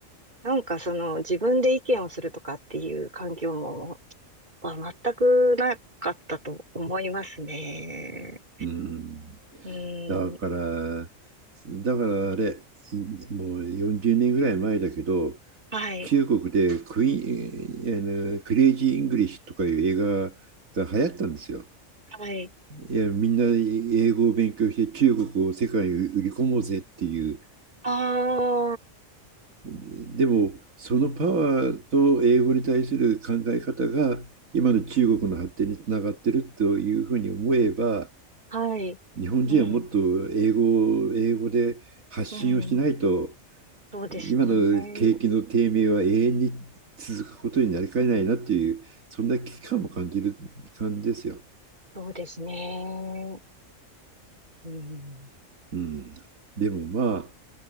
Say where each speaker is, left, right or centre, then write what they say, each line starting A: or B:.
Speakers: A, on the right; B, on the right.
A: なんかその自分で意見をするとかっていう環境もは全くなかったと思いますね。
B: うん。うん
A: うん。
B: だから、だからあれ、もう40年ぐらい前だけど、
A: はい。
B: 中国でクイーン、あの、クレイジー・イングリッシュとかいう映画が流行ったんですよ。
A: はい。
B: いや、みんな英語を勉強して中国を世界に売り込もうぜっていう
A: あ
B: でも、そのパワーと英語に対する考え方が今の中国の発展につながってるというふうに思えば、
A: あ。はい。
B: 日本人はもっと英語を英語で発信をしないと、
A: うん。うん。そうですね。
B: 今の景気の低迷は永遠に続くことになりかねないなっていう、そんな危機感も感じる感じですよ。
A: そうですね。うん。
B: うん、でもまあ、